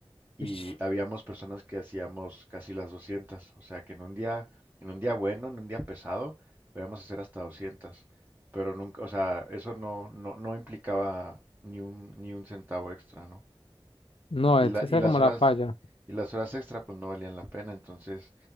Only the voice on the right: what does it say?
y
habíamos personas que hacíamos casi las 200, o sea que en un día, en un día bueno, en un día pesado, podíamos hacer hasta 200, pero nunca, o sea, eso no, no, no implicaba ni un, ni un centavo extra, ¿no?
Y
la, y
las
horas,
y las horas extra pues no valían la pena, entonces,